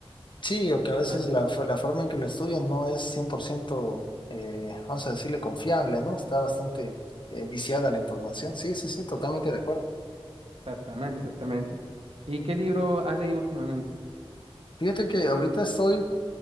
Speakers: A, on the left; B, on the right.
A: Sí, o que a veces
B: As-
A: la, fo- la forma en que lo estudian no es 100%, eh, vamos a decirle, confiable, ¿no? Está bastante eh, viciada la información. Sí, sí, sí, totalmente de acuerdo.
B: Exactamente, exactamente. ¿Y qué libro has leído últimamente?
A: Fíjate que ahorita estoy,